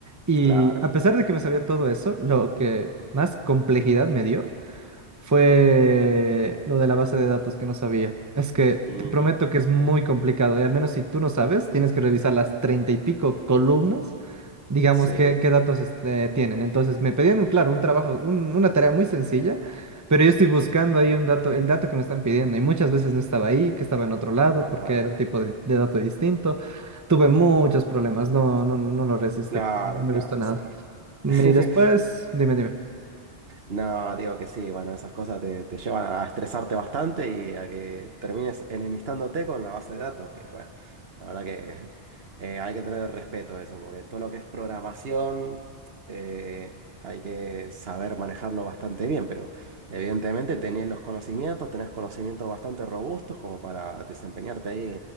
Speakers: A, on the right; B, on the right.
A: Y
B: claro.
A: a pesar de que me sabía todo eso, lo que más complejidad me dio fue lo de la base de datos que no sabía. Es que
B: Ujú.
A: te prometo que es muy complicado y al menos si tú no sabes, tienes que revisar las treinta y pico columnas, digamos,
B: Sí,
A: qué, qué datos este, tienen. Entonces me pedían, un- claro, un trabajo, un- una tarea muy sencilla, pero yo estoy buscando ahí un dato, el dato que me están pidiendo y muchas veces no estaba ahí, que estaba en otro lado
B: ajá.
A: porque era un tipo de, de dato distinto. Tuve muchos problemas, no, no, no lo resistí,
B: Claro,
A: no me
B: claro,
A: gustó nada.
B: sí.
A: Y
B: <laughs>
A: después, dime, dime.
B: No, digo que sí, bueno, esas cosas te, te llevan a estresarte bastante y a que termines enemistándote con la base de datos, que bueno, la verdad que eh, hay que tener respeto a eso, porque todo lo que es programación eh, hay que saber manejarlo bastante bien, pero evidentemente tenés los conocimientos, tenés conocimientos bastante robustos como para desempeñarte ahí